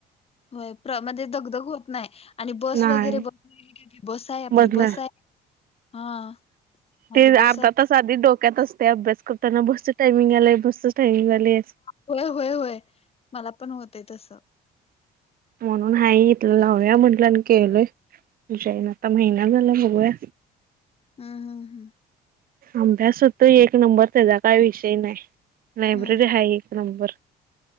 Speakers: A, on the left; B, on the right.
A: होय प्रमध्ये दगदग होत नाही आणि बस
B: नाही
A: वगैरे बस बस आहे आपली
B: बदला
A: बस हाय हा माझी
B: ते
A: बस
B: अर्धा
A: आहे
B: तास आधी डोक्यात असतयं अभ्यास करताना बसच टायमिंग आलंय बसच टायमिंग आलय.
A: होय-होय-होय, मला पण होतंय तसं.
B: म्हणून हाय इथलं लावूया म्हंटलं आणि केलंय जॉईन आता महिना झाला बघूया.
A: हम्म-हम्म-हम्म
B: अभ्यास होतोय एक नंबर त्याचा काही विषय नाही लायब्ररी
A: हम्म
B: आहे एक नंबर.